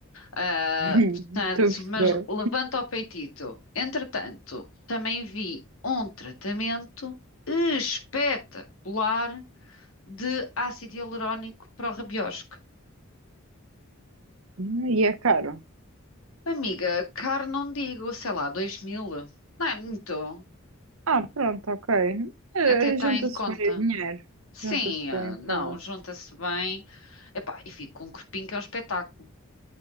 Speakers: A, on the left; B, on the right.
A: Ah,
B: <laughs>
A: portanto,
B: Estou a perceber.
A: mas levanta o peitito. Entretanto, também vi um tratamento espetacular de ácido hialurónico para o rabiosco.
B: Hum, E é caro.
A: Amiga, caro não digo, sei lá, dois mil. Não é muito.
B: Ah, pronto, ok. Eh,
A: Até está
B: Junta-se
A: em conta.
B: bem o dinheiro.
A: Sim,
B: Junta-se
A: ah,
B: bem
A: não,
B: para.
A: junta-se bem. Epá, e fico com um corpinho que é um espetáculo.